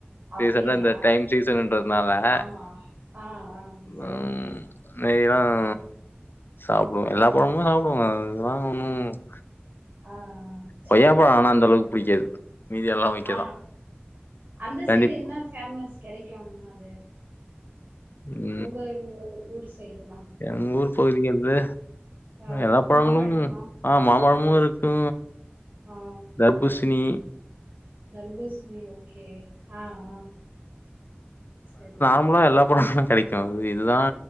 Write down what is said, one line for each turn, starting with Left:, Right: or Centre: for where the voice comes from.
Right: அப்டியா
Left: ரீசண்டடா இந்த டைம் சீசன்றதுனால அ
Right: ஆமா ஆ ஆ சேரி
Left: உம்
Right: ஓகே
Left: நெய்லாம்
Right: ஆ
Left: சாப்டுவோம் எல்லா பழமோ சாப்டுவோ அதல்லான் ஒன்னும்ல
Right: ஆ ஆ சேரி
Left: கொய்யாப்பழம்
Right: ஓகே
Left: ஆனா அந்த அளவுக்கு புடிக்காது மீதி எல்லா ஓகேதா
Right: ஆ அந்த
Left: கண்டிப்
Right: சைடு என்ன ஃபேமஸ் கெடைக்கும்னா அது
Left: ம்
Right: உங்க ஊர் சைடுலாம்
Left: எங்க ஊர் பகுதிக்கு வந்து
Right: ஆ
Left: எல்லா பழங்களும்
Right: மாம்பழமா
Left: ஆ மாம்பழமும் இருக்கு
Right: ஆ
Left: தர்பூஸ்னி
Right: தர்பூஸ்னி ஓகே ஆ ஆ சரி
Left: லாம் எல்லா பழங்களும் கடைக்கும் அது இதுதா <unintelligible>